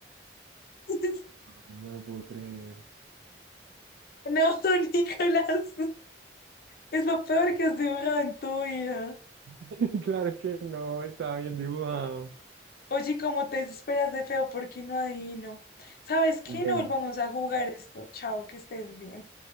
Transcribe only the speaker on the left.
<laughs>
No, Nicolás, es lo peor que has dibujado en tu vida.
Oye, ¿cómo te desesperas de feo? ¿Por qué no adivino? ¿Sabes qué?
No volvamos a jugar esto. Chao, que estés bien.